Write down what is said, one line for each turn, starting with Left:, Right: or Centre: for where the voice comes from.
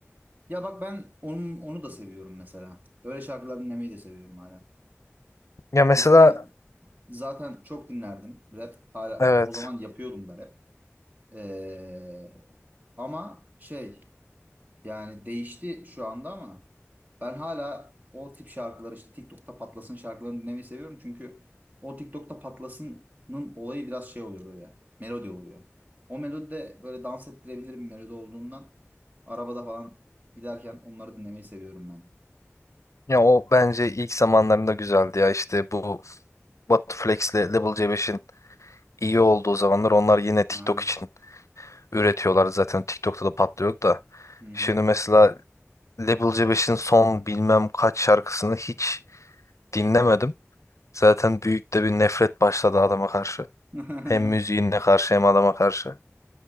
Right: Ya bak ben onun, onu da seviyorum mesela. Böyle şarkılar dinlemeyi de seviyorum hala.
Left: Ya mesela
Right: Eskiden zaten çok dinlerdim rap. Hala,
Left: evet.
Right: e, o zaman yapıyordum da rap. Ee, ama şey Yani değişti şu anda ama ben hala o tip şarkıları işte TikTok'ta patlasın şarkılarını dinlemeyi seviyorum. Çünkü o TikTok'ta patlasının olayı biraz şey oluyor böyle. Melodi oluyor. O melodi de böyle dans ettirebilir bir melodi olduğundan arabada falan giderken onları dinlemeyi seviyorum ben.
Left: Ya o bence ilk zamanlarında güzeldi ya. İşte bu Batuflex'le Level C5'in iyi olduğu zamanlar onlar yine
Right: Ha.
Left: TikTok için üretiyorlar zaten TikTok'ta da patlıyor da.
Right: Hı hı.
Left: Şimdi mesela Level C5'in son bilmem kaç şarkısını hiç dinlemedim. Zaten büyük de bir nefret başladı adama karşı.
Right: <laughs>
Left: Hem müziğine karşı hem adama karşı.